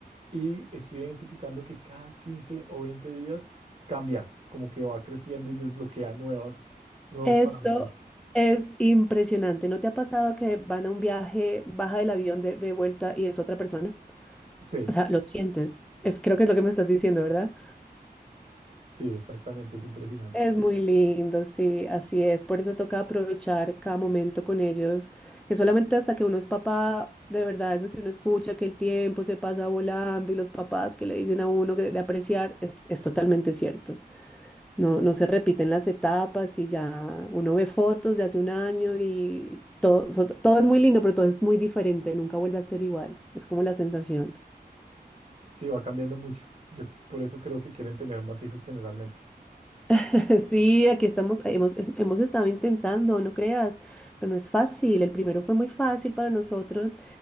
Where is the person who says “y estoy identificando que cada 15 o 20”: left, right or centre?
Right